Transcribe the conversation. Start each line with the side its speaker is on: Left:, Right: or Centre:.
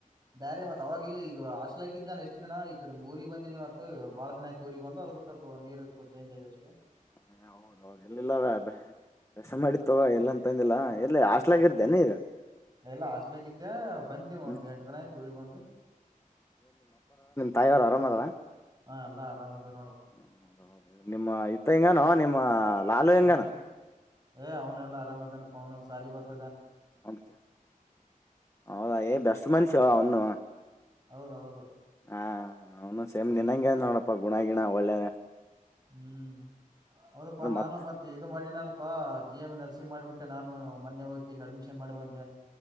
Right: ಬ್ಯಾರೆ ಮತ್ ಅವಾಗ ಇಲ್ಲಿ ಈಗ ಆಶಲಗಿದ್ನಲ್ಲ ಇಸ್ಟ್ ದಿನ ಈ ಕಡೆ ಊರಿಗೆ ಬಂದಿನಿ ಮತ್ ಬಾಳ ದಿನ ಆತ್ ಊರಿಗೆಗ್ ಬಂದು ಅದ ಸ್ವಲ್ಪ ನೀರು ಚೇಂಜ್ ಆಗಿದೆ ಅಷ್ಟೇ.
Left: <inaudible> ಹೌದೌದು ಎಲ್ಲಿಲ್ಲ <unintelligible> ಮಾಡಿತ್ತುವ ಇಲ್ಲ ಅಂತಂದಿಲ್ಲಾ ಎಲ್ಲಿ ಹಾಸ್ಲಗಿದ್ಯೆನ್ ನೀ ಈಗ.
Right: ಎಲ್ಲ ಹಾಸ್ಲಕ್ಕ ಇದಿದ್ದ್ಯಾ ಬಂದೇ ಒಂದ್
Left: ಹ್ಮ್
Right: ಎಂಟ ದಿನ ಆಯ್ತು ಊರಿಗೆ ಬಂದು.
Left: ತಾಯವರು ಆರಾಮಲ್ಲ.
Right: ಹಾ ಎಲ್ಲ ಆರಾಮದರ.
Left: ಹ ಹೌದ ಹೌದು ನಿಮ್ಮ ಇತ್ತ ಹಿಂಗಾನ ನಿಮ್ಮ ಲಾಲು ಹೆಂಗಾನ.
Right: ಯಾರು ಏ ಅವನುಲ್ಲಾ ಆರಾಮ ಇದಾನ ಪ ಅವನು ಸಾಲಿ ಗೊತ್ತ
Left: ಹ ಹೌದಾ ಏ ಬೆಸ್ ಮನುಷ್ಯ ಅವನು.
Right: ಹೌದೌದು.
Left: ಹಾ ಅವನು ಸೇಮ್ ನಿನಂಗೆ ಅದ್ ನೋಡಪ್ಪ ಗುಣ ಗಿಣ ಒಳ್ಳೇ
Right: ಹ್ಮ್ ಹೌದಪ್ಪಾ ನಾನು
Left: ಮತ್
Right: ಮತ್ತೆ ಇದು ಮಾಡಿನಲ್ಲ. ಅಪ್ಪಾ ಜಿ ಎಮ್ ನರ್ಸಿಂಗ್ ಮಾಡಿಬಿಟ್ಟೆ ನಾನು ಮೊನ್ನೆ ಹೋಗಿ ಅಡ್ಮಿಷನ್ ಮಾಡಿ ಬಂದೆ.